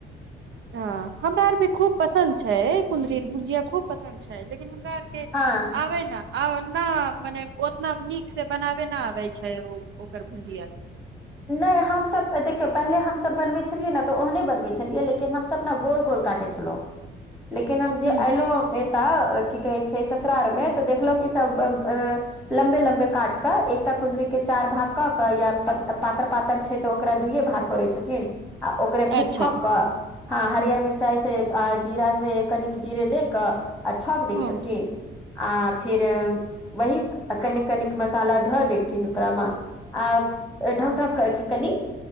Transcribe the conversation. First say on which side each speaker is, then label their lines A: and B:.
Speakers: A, on the right; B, in the centre.
A: हँ। हमरा आर भे खूब पसन्द छै, कुंदरी भुजिया खूब पसन्द छै, लेकिन हमरा आर के
B: हँ
A: आबे ना। आ ने मने ओतना नीक से बनाबे न आबे छै, ओ ओकर भुजिया के।
B: नहि हमसभ देखियौ पहिले हमसभ बनबै छलियै ने, तऽ ओहने बनबैत छलियै, लेकिन हमसभ ने गोल -गोल काटैत छलहुँ। लेकिन हम जे
A: ह
B: एयलहुँ एतय की कहै छै ससुरार मे, तऽ देखलहुँ क सभ लम्बे -लम्बे काट कऽ, एकटा कुंदरी के चार भाग कऽ क, या पतला पातर -पातर छै तऽ, ओकरा दुइयए भाग करै छथिन, आ ओकरे फिर
A: अच्छा
B: छौक कऽ। हँ हरियर मिरचाइ से, आ जीरा से कनिक जीरे दे क आ छौक दै
A: हँ
B: छथिन, आ फिर वही कनिक -कनिक मसाला धऽ देलखिन ओकरामे, आ इ ढक ढक करै छै कनी